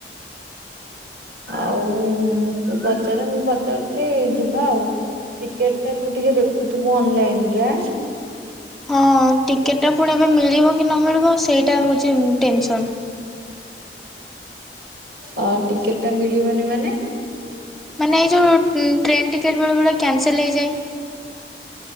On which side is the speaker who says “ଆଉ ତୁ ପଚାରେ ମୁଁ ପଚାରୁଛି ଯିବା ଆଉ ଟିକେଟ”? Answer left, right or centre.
Right